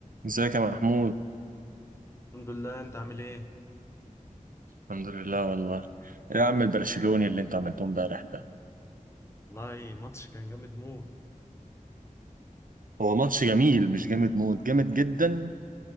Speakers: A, on the right; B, on the left.
A: ازيك يا محمود
B: الحمد لله انت عامل ايه؟
A: الحمد لله والله يا عم البرشلوني اللي انت عملته امبارح ده
B: والله ماتش كان جامد موت
A: هو ماتش جميل مش جامد موت جامد جدا